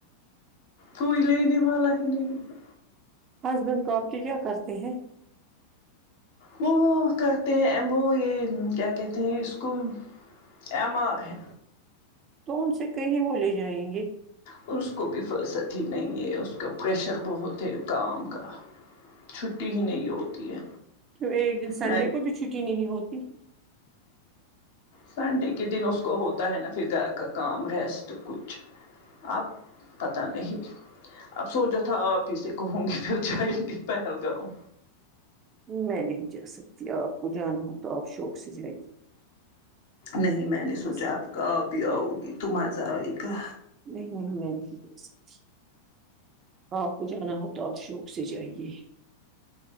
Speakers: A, on the left (about 55°); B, on the right (about 30°).
A: کوئی لینے والا ہی نہیں ہے
B: ہسبینڈ کو آپ کے کیا کرتے ہیں
A: وہ کرتے ہیں <unintelligible> وہ یہ کیا کہتے ہیں اس کو ایم آر ہے
B: تو ان سے کہیں وہ لے جائیں گے
A: اور اس کو بھی فرصت ہی نہیں ہے ا کا پریشر بہت ہے کام کا چھٹی ہی نہیں ہوتی ہے
B: تو ایک دن سنڈے
A: میں
B: کو بھی چھٹی نہیں ہوتی
A: سنڈے کے دن اس کو ہوتا ہے نا پھر گھر کا کام ریسٹ کچھ آپ پتہ نہیں اب سوچا تھا آپ ہی سے کہوں گی پھر جائیں گی پہلگامؤ
B: میں نہیں جا سکتی آپ کو جانا ہو تو آپ شوق سے جائے گی
A: نہیں میں نے سوچا
B: سکتی
A: آپ کہ اب آؤگی تم آزہ آئے گا
B: نہیں میں نہیں بول سکتی آپ کو جانا ہو تو آپ شوق سے جائیے